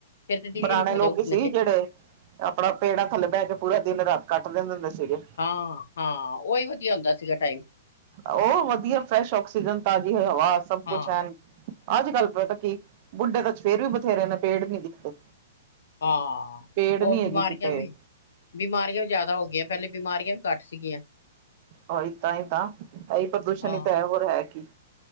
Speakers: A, on the left; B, on the right.
A: ਫੇਰ ਤੇ ਦਿਲ
B: ਪੁਰਾਣੇ
A: ਹੀ ਨੀ ਕਰਦਾ
B: ਲੋਕ
A: ਉੱਠਣੇ
B: ਸੀ
A: ਤੇ
B: ਜਿਹੜੇ ਆਪਣਾ ਪੇੜਾ ਥੱਲੇ ਬਹਿ ਕੇ ਪੂਰਾ ਦਿਨ ਰਾਤ ਕੱਟ ਦਿੰਦੇ ਹੁੰਦੇ ਸੀਗੇ
A: ਹਾਂ ਹਾਂ ਉਹੀ ਵਧੀਆ ਹੁੰਦਾ ਸੀਗਾ ਟਾਈਮ
B: ਉਹ ਵਧੀਆ ਫਰੈਸ਼ ਆਕਸੀਜਨ ਤਾਜ਼ੀ ਹੋ ਹਵਾ ਸਭ
A: ਹਾਂ
B: ਕੁਛ ਐਨ। ਅੱਜ ਕੱਲ ਪਤਾ ਕੀ ਬੁੱਢੇ ਤਾਂ ਫੇਰ ਵੀ ਬਥੇਰੇ ਨੇ ਪੇੜ ਵੀ ਦਿਖਦੇ।
A: ਹਾਂ
B: ਪੇੜ
A: ਹੁਣ
B: ਨੀ
A: ਬਿਮਾਰੀਆਂ
B: ਹੈਗੇ ਕਿਤੇ
A: ਵੀ ਬਿਮਾਰੀਆਂ ਵੀ ਜ਼ਿਆਦਾ ਹੋ ਗਈਆਂ ਪਹਿਲੇ ਬਿਮਾਰੀਆਂ ਵੀ ਘੱਟ ਸੀਗੀਆਂ।
B: ਹ ਤਾਂ ਹੀ ਤਾਂ ਹੈ ਹੀ ਪ੍ਰਦੂਸ਼ਣ
A: ਹਾਂ
B: ਹੀ ਤਾਂ ਹੈ ਹੋਰ ਹੈ ਕੀ।